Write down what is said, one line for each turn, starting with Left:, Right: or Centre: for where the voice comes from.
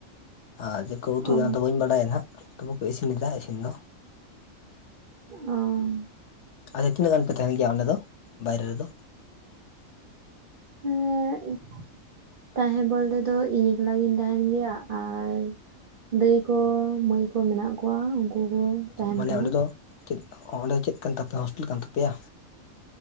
Left: ᱟᱨ ᱪᱤᱠ ᱩᱛᱩᱭᱟ
Right: ᱚ
Left: ᱵᱟᱹᱧ ᱵᱟᱲᱟᱭᱟ ᱦᱟᱸᱜ ᱛᱚᱵᱮ ᱠᱚ ᱤᱥᱤᱱᱮᱫᱟ ᱤᱥᱤᱱ ᱫᱚ
Right: ᱚ
Left: ᱟᱪᱪᱷᱟ ᱛᱤᱱᱟᱹᱜ ᱜᱟᱱ ᱯᱮ ᱛᱟᱦᱮᱱ ᱜᱮᱭᱟ ᱚᱸᱰᱮ ᱫᱚ ᱵᱟᱭᱨᱮ ᱨᱮᱫᱚ
Right: ᱦᱮᱸ ᱛᱟᱦᱮᱸ ᱵᱚᱞᱛᱮ ᱫᱚ ᱤᱧ ᱮᱠᱞᱟ ᱜᱤᱧ ᱛᱟᱦᱮᱱ ᱜᱮᱭᱟ ᱟᱨ ᱫᱟᱹᱭ ᱠᱚ, ᱢᱟᱹᱭ ᱠᱚ ᱢᱮᱱᱟᱜ ᱠᱚᱣᱟ ᱩᱱᱠᱩ ᱠᱚ ᱛᱟᱦᱮᱱ
Left: ᱢᱟᱱᱮ
Right: ᱠᱟᱱᱟ
Left: ᱚᱸᱰᱮ ᱫᱚ, ᱪᱮᱫ ᱚᱸᱰᱮ ᱪᱮᱫ ᱠᱟᱱ ᱛᱟᱯᱮᱭᱟ ᱦᱳᱥᱴᱮᱞ ᱠᱟᱱ ᱛᱟᱯᱮᱭᱟ